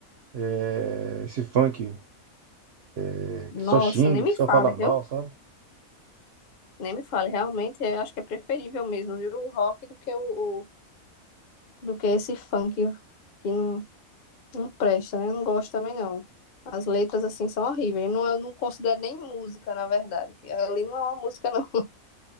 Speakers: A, on the right; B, on the left.
A: eh, esse funk eh,
B: Nossa,
A: que só xinga,
B: nem
A: que
B: me
A: só
B: fale,
A: fala mal,
B: viu?
A: sabe?
B: Nem me fale. Realmente, eu acho que é preferível mesmo, viu? O rock do que o, o- do que esse funk que não, Não presta, né? Eu não gosto também, não. As letras, assim, são horríveis. Não, é, eu não considero nem música, na verdade. que Ali não é uma música, não. <laughs>